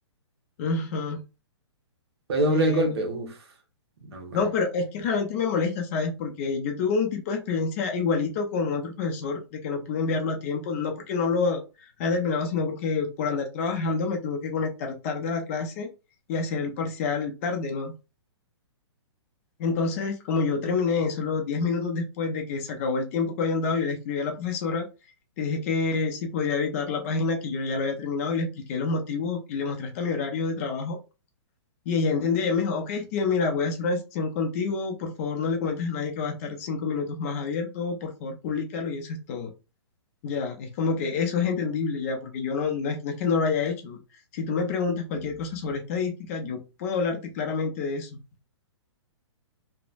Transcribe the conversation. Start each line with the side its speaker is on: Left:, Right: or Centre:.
Left: Ujú.
Right: Fue doble
Left: Eh,
Right: el golpe. Uf, no, hombre.
Left: No, pero es que realmente me molesta, ¿sabes? Porque yo tuve un tipo de experiencia igualito con otro profesor de que no pude enviarlo a tiempo, no porque no lo haya terminado, sino porque por andar trabajando me tuve que conectar tarde a la clase y hacer el parcial tarde, ¿no? Entonces, como yo terminé solo 10 minutos después de que se acabó el tiempo que habían dado, yo le escribí a la profesora, le dije que si podía evitar la página, que yo ya lo había terminado y le expliqué los motivos y le mostré hasta mi horario de trabajo. Y ella entendió, ella me dijo, ok, Steven, mira, voy a hacer una sesión contigo, por favor no le comentes a nadie que va a estar cinco minutos más abierto, por favor públicalo y eso es todo. Ya, es como que eso es entendible ya, porque yo no, no es, no es que no lo haya hecho. Si tú me preguntas cualquier cosa sobre estadística, yo puedo hablarte claramente de eso,